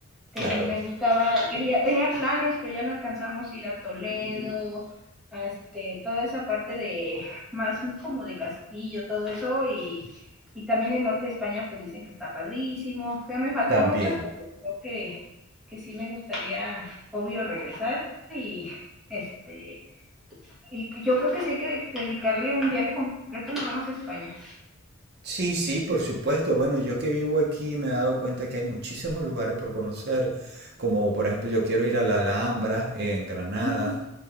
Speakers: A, in the centre; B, on the right.
A: Que
B: Claro,
A: me gustaba, quería, tenía planes, pero ya no alcanzamos a ir a Toledo, a este, toda esa parte de más como de Castillo, todo eso, y, y también el norte de España, pues dicen que está padrísimo. O sea, me faltó
B: también.
A: muchas cosas. Creo que, que sí me gustaría, obvio, regresar y este y yo creo que sí hay que dedicarle un viaje completo nada más a España.
B: Sí, sí, por supuesto. Bueno, yo que vivo aquí me he dado cuenta que hay muchísimos lugares por conocer, como por ejemplo yo quiero ir a la Alhambra en Granada,
A: Uh -huh.